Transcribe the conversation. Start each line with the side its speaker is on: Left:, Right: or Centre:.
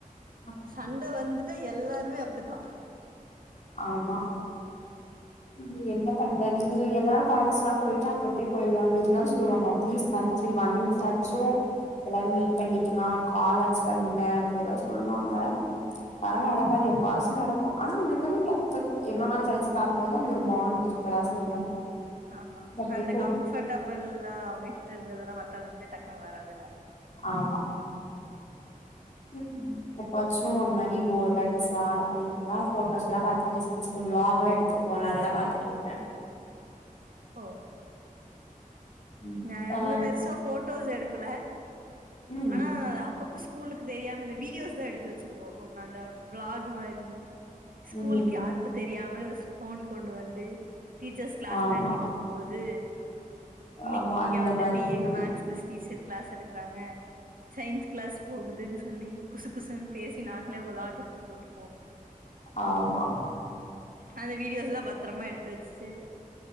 Left: ஆமா
Right: சண்ட வந்துட்டா எல்லாருமே அப்படித்தா.
Left: ஆமா ம்ச் என்ன பண்றது நீ எல்லாரு காலேஜ் எல்லா போயிட்டா அப்பப்படியே போயிருவாங்க இருந்தாலு சொல்லுவாங்க அட்லீஸ்ட் மந்திலி ஒன்ஸ் ஆச்சு. எல்லாரு மீட் பண்ணிக்கலா கால் ஆச்சு பண்ணுங்க அப்டியெல்லா சொல்லுவாங்க. அது எல்லா நடக்காது எப்பவாசீ நடக்கு ஆனா. தின்னு எப்ப எவ்வளோ நாலு கலிச்சு பாக்கும்போது அந்த ஒரு பாண்ட் இருக்குதா செய்யு.
Right: ஆமா
Left: அது அப்டியே
Right: அந்த
Left: போகு
Right: கம்ஃபர்டபுள்லாம் அவங்கிட்ட இருந் தான் மத்தவங்க கிட்ட டக் வராதுல்ல
Left: ஆமா ம் எப்பாச்சும் ஒரு மாரி போர் அடிச்சா அப்படியே இருந்தா போட்டோஸ் எல்லாம் பாத்துட்டே சிரிச்சு விளாக் எல்லாம் எடுத்திருப்போம் இல்ல அதெல்லாம் பாத்துட்டு இருப்பேன்
Right: ஹோ
Left: ம்
Right: நான் எங்க
Left: ஆ
Right: பெருசா போட்டோஸ் எடுக்கல
Left: ம்
Right: ஆனா அப்பப்ப ஸ்கூலுக்கு தெரியாம இந்த வீடியோஸ் தான் எடுத்து வத் வச்சிருவோம் ஒன்னு அந்த விளாக் மாரி ஸ்கூலுக்கு
Left: ம்
Right: யாருக்கும் தெரியாம போன் கொண்டு வந்து டீச்சர்ஸ் கிளாஸ்
Left: ஆமா
Right: நடத்திட்டு இருக்கும்போது இன்னைக்கு
Left: ஆமா
Right: இங்க
Left: அந்த
Right: வந்துட்டு
Left: மாதிரி
Right: எங்க மேக்ஸ் மிஸ் டீச்சர் கிளாஸ் எடுக்கறாங்க சயின்ஸ் கிளாஸ் போகுதுன்னு சொல்லி குசு குசு பேசி நாங்களே விளாஃக் எடுத்து போட்டு
Left: ஆமா
Right: அந்த வீடியோஸ் எல்லாம் பத்திரமா எடுத்து வச்சு